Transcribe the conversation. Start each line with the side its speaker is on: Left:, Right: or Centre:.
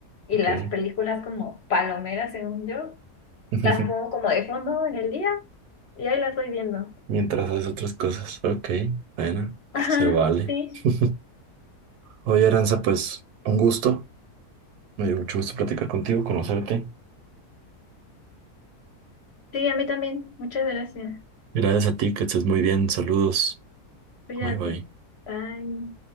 Left: Y
Right: ok.
Left: las películas como palomeras, según yo,
Right: <laughs>
Left: las pongo como de fondo en el día y ahí las voy viendo.
Right: Mientras haces otras cosas. Ok, bueno,
Left: Ajá,
Right: se vale.
Left: sí,
Right: <laughs> Oye, Aranza, pues un gusto. Me dio mucho gusto platicar contigo, conocerte.
Left: sí, a mí también. Muchas gracias.
Right: Gracias a ti, que estés muy bien. Saludos.
Left: Cuídate.
Right: Bye bye.
Left: Bye.